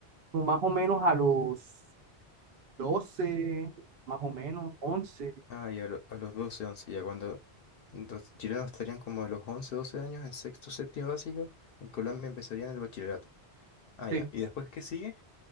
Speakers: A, on the right; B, on the left.
A: como más o menos a los doce más o menos once
B: Ah, y a, lo- a los 12 11 ya cuando los chilenos estarían como a los 11 12 años en sexto, séptimo básico, en Colombia empezarían el bachillerato. Ah,
A: Sí.
B: ya. ¿Y después qué sigue?